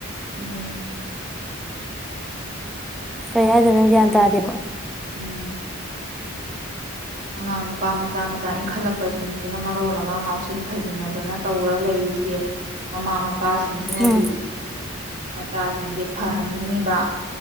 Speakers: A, on the right (about 35°); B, in the centre.
A: ꯎꯝ
B: ꯀꯩ ꯍꯥꯏꯗꯅꯪ
A: ꯑꯗꯒꯤꯗꯤ
B: ꯒ꯭ꯌꯥꯟ ꯇꯥꯗꯦꯕ
A: ꯎꯝ ꯑꯉꯥꯡ ꯅꯨꯄꯥ ꯃꯆꯥ ꯃꯆꯥ ꯏꯟꯈꯠꯂꯛꯄꯁꯤꯡꯁꯤꯅ ꯃꯔꯣꯜ ꯑꯃ ꯉꯥꯎꯁꯤꯟ ꯐꯩꯖꯤꯟꯅꯗꯅ ꯇꯧꯔ ꯂꯩꯔꯤꯁꯦ ꯃꯃꯥ ꯃ ꯏꯄꯥꯁꯤꯡꯁꯤꯅꯗꯤ
B: ꯎꯝ
A: ꯃꯆꯥꯁꯤꯡꯁꯦ ꯐꯍꯟꯅꯤꯡꯉꯤꯕ